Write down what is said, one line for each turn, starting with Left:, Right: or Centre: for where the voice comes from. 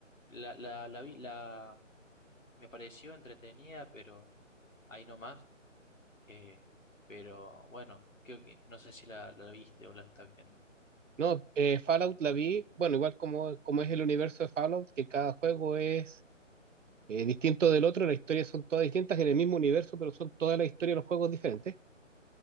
Left: la, la, la vi- la- me pareció entretenida, pero ahí nomás. Eh, pero bueno, creo que no sé si la, la viste o la estás viendo.
Right: No, eh, Fallout la vi, bueno, igual como, como es el universo de Fallout, que cada juego es eh, distinto del otro, las historias son todas distintas en el mismo universo, pero son todas las historias de los juegos diferentes.